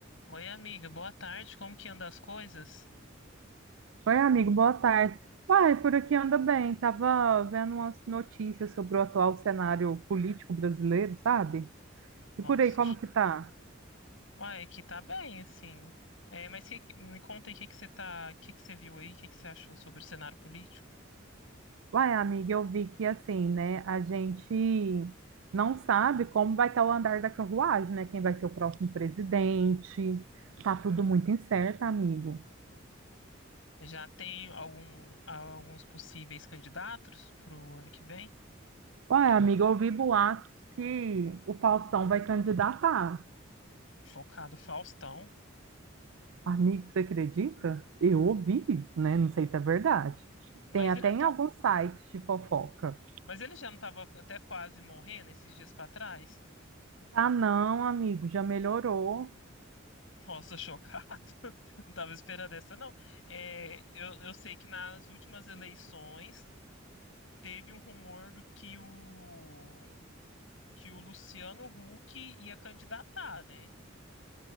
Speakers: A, on the left (about 75°); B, on the right (about 75°).
A: Oi, amiga, boa tarde. Como que anda as coisas?
B: Oi, amigo, boa tarde. Uai, por aqui anda bem. Tava vendo umas notícias sobre o atual cenário político brasileiro, sabe? E
A: Nossa,
B: por aí, como
A: cho-
B: que tá?
A: uai, aqui tá bem, assim. É, mas que, que- me conta aí o que que você tá, o que que você viu aí, o que que você achou sobre o cenário político?
B: Uai, amiga, eu vi que assim, né, a gente não sabe como vai estar o andar da carruagem, né? Quem vai ser o próximo presidente. Tá tudo muito incerto, amigo.
A: Já tem algum, alguns possíveis candidatos pro ano que vem?
B: Uai, amiga, eu ouvi boatos que o Faustão vai candidatar.
A: Chocado, Faustão.
B: Amigo, você acredita? Eu ouvi isso, né? Não sei se é verdade.
A: Mas
B: Tem até
A: ele não
B: em
A: tá,
B: alguns sites de fofoca.
A: mas ele já não tava até quase morrendo esses dias pra trás?
B: Ah, não, amigo, já melhorou.
A: Nossa, chocado. <laughs> Não tava esperando essa, não. É, eu, eu sei que nas últimas eleições teve um rumor do que o que o Luciano Huck ia candidatar, né?